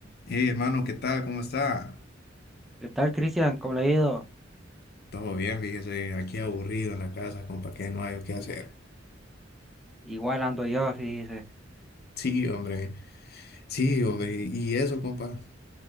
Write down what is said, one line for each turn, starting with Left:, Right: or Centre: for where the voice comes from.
Left: Hey, hermano, ¿qué tal? ¿Cómo está?
Centre: ¿Qué tal, Cristian? ¿Cómo le ha ido?
Left: Todo bien, fíjese, aquí aburrido en la casa, compa, que no hay qué hacer.
Centre: Igual ando yo, dice.
Left: Sí, hombre, sí, hombre, y eso, compa.